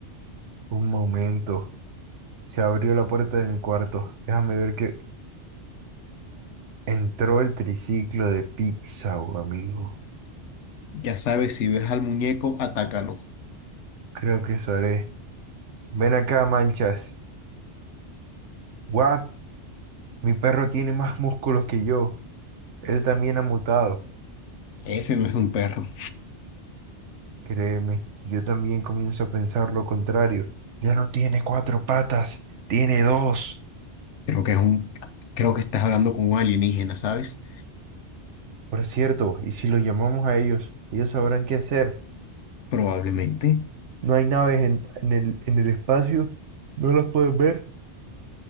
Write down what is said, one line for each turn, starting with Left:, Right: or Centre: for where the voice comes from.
Right: Un momento. Se abrió la puerta de mi cuarto. Déjame ver que entró el triciclo de Pixar, amigo.
Left: Ya sabes, si ves al muñeco, atácalo.
Right: Creo que eso haré. Ven acá, manchas. What? Mi perro tiene más músculos que yo. Él también ha mutado.
Left: Ese no es un perro.
Right: Créeme, yo también comienzo a pensar lo contrario. Ya no tiene cuatro patas, tiene dos.
Left: Creo que es un, creo que estás hablando con un alienígena, ¿sabes?
Right: Por cierto, ¿y si lo llamamos a ellos? Ellos sabrán qué hacer.
Left: Probablemente.
Right: No hay naves en, en el, en el espacio, no las puedes ver.